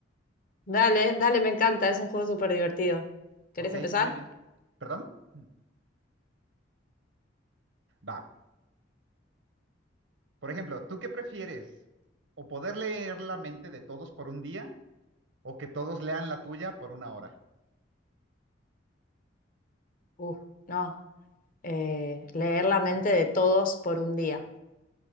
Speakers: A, on the left (about 45°); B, on the right (about 85°).
A: Dale, dale, me encanta, es un juego súper divertido. ¿Querés
B: Ok,
A: empezar?
B: muy bien. ¿Perdón? Va. Por ejemplo, ¿tú qué prefieres? ¿O poder leer la mente de todos por un día o que todos lean la tuya por una hora?
A: Uf, no. Eh, leer la mente de todos por un día.